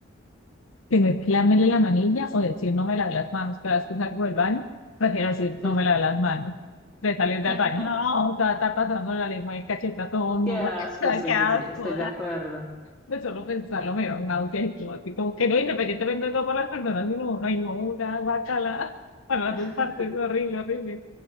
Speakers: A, on the left; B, in the centre.
A: ¿tener que lamerle la manilla o decir no me lavé las manos cada vez que salgo del baño? Prefiero decir
B: Del...
A: no me lavé las manos. De salir del
B: <laughs>
A: baño, no, te va a estar pasando la lengua de cacheta a todo el
B: Qué
A: mundo.
B: asco,
A: <laughs>
B: sí,
A: ¡Qué asco!
B: sí, sí, estoy de acuerdo.
A: de solo pensarlo me da un náusea y todo, así como que no, independientemente de todo por las personas, sino, ay, no, una guacala, <laughs> para las
B: <laughs>
A: dos partes, horrible, horrible.